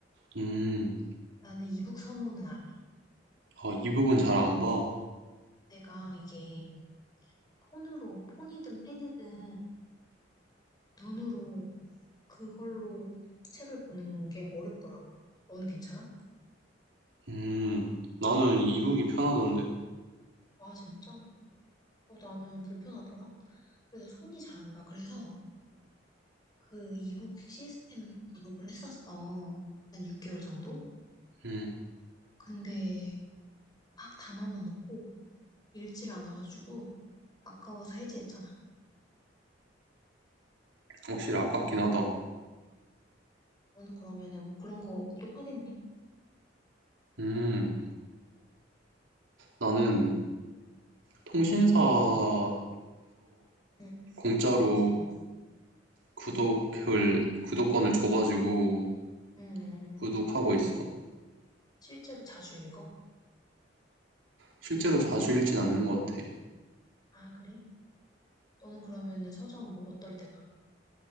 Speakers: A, on the right; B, on the left.
A: 음,
B: 나는 이북 선호는 안 해.
A: 아, 이북은 잘 안 봐.
B: 내가 이게 폰으로, 폰이든 패드든 눈으로 그걸로 책을 보는 게 어렵더라고. 너는 괜찮아?
A: 음, 나는 이북이 편하던데.
B: 아, 진짜? 어, 나는 불편하더라. 그래서 손이 잘 안 가. 그래서 그 이북 시스템도 구독을 했었어. 한 6개월 정도?
A: 음,
B: 근데 막 담아만 놓고 읽지를 않아가지고 아까워서 해지했잖아.
A: 확실히 아깝긴 하다.
B: 너는 그러면은 뭐 그런 거 구독하겠니?
A: 음, 나는 통신사에서
B: 응,
A: 공짜로
B: 응, 응, 응.
A: 구독을, 구독권을 줘가지고
B: 응, 응.
A: 구독하고 있어.
B: 실제로 자주 읽어?
A: 실제로 자주 읽진 않는 것 같아.
B: 아, 그래? 너는 그러면은 서점 뭐 어떨 때가?